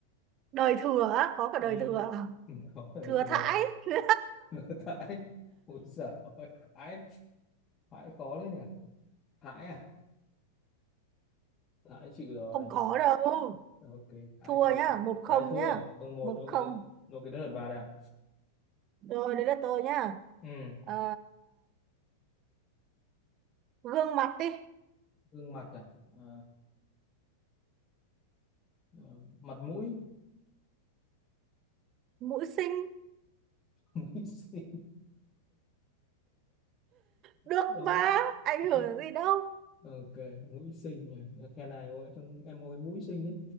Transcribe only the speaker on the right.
đời thừa á có cả
đời thừa
thừa
thãi <laughs>
không có đâu
thua
nhá một
không
nhá
một
không
rồi đấy là tôi nhá
Ờ, gương mặt đi
mũi xinh
được
mà ảnh
hưởng gì đâu